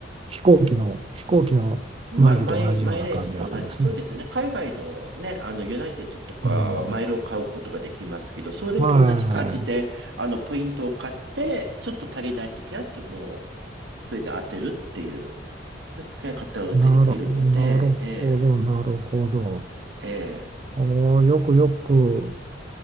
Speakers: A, on the right; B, on the right.
A: 飛行機の、飛行機のマイルと同じような感じなんですね。
B: ま、マイ、マイレージと同じ、そうですね。海外のね、あの、ユナイテッドとかはマイルを買うことができますけど、
A: うん。
B: それと同じ感じで、
A: はいは
B: あの、ポイントを買って、ちょっと足りないときは、それの、それで当てるっていう、そういう使い方ができるので、
A: い。なる、なるほど、
B: ええ、
A: なるほど。
B: ええ、
A: おーよくよく